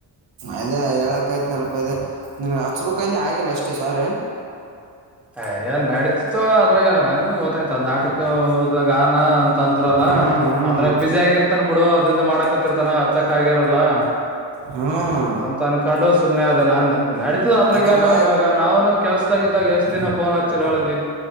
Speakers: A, on the right; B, in the centre.
A: ಅದೆ ಹೇಳಕೈತು ನೆಲ್ಪೈದೆ ನಿನಗೆ ಹಚ್ಬೇಕಂದೆ ಆಗಿಲ್ಲ ಅಷ್ಟೇ ಸಾರಿ
B: ಅಯಯ ನಡೀತಿತ್ತು ಅದ್ರಾಗೆಲ್ಲ ನಂಗ ಗೊತ್ತಾಯ್ತ ಅದ್ ನಾಟಕ ಇವಾಗಾ ನ ಅಂತ ಅಂದ್ರಲ್ಲ
A: ಹ್ಮ್ ಹ್ಮ್
B: ಅದ್ರಾಗ ಬಿಸಿ ಆಗಿರ್ತಾನನ್ ಬಿಡು ಅದು ಇದು ಮಾಡಕತ್ತರ್ತಾನ ಅಚಕ್ ಆಗಿರಲ್ಲ ಬಾ
A: ಹ್ಮ್
B: ಅಂತ ಅನ್ಕೊಂಡು ಸುಮ್ನೆ ಆದ ನಾನು ನಡತ ಅದ್ರಾಗ
A: ಯಾಕಂದ್ರ
B: ನು ಇವಾಗ ನಾವಾನನು ಕೆಲ್ಸದಾಗಿದ್ದಾಗ ಎಷ್ಟ ದಿನ ಫೋನ್ ಹಚ್ಚಿಲ್ಲ ಅವಳು